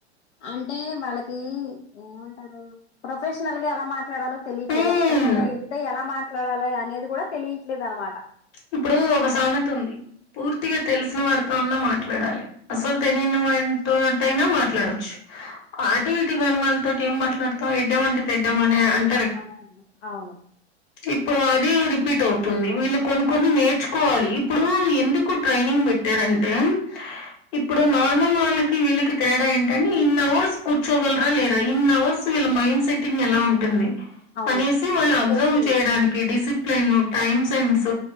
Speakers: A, on the left (about 85°); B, on the left (about 50°).
A: అంటే వాళ్ళకి ఏమంటారు ప్రొఫెషనల్ గా ఎలా మాట్ ట్లాడాలో తెలియట్లేదు
B: హ్మ్.
A: ఎక్కడికన్నా ఎళ్ంత ఎలా మాట్లాడాలి అనేది కూడా తెలియట్లేదనమాట
B: ఇప్పుడు ఒక సామెత ఉంది పూర్తిగా తెలిసిన వారితో ఉన్నా మాట్లాడాలి అసలు తెలియని వాతోన్నట్టయినా మాట్లాడొచ్చు ఆటు ఇటు కాని వాళ్ళతోటి ఏం మాట్లాడతాం ఎడ్డమంటే తెడ్డమనే అన్
A: అనుకున్న అవును
B: ఇప్పుడు అది రిపీట్ అవుతుంది వీళ్ళు కొన్ని కొన్ని నేర్చుకోవాలి ఇప్పుడు ఎందుకు ట్రైనింగ్ పెట్టారంటే ఇప్పుడు నార్మల్ వాళ్ళకి వీళ్ళకి తేడా ఏంటంటే ఇన్ అవర్స్ కూర్చోగలరా లేరా ఇన్ అవర్స్ వీళ్ళ మైండ్ సెట్టింగ్ ఎలా ఉంటుంది
A: అవును
B: అనేసి వాళ్ళు అబ్జర్వ్
A: టెస్టింగ్
B: చేయడానికి డిసిప్లిన్ టైమ్ సెన్స్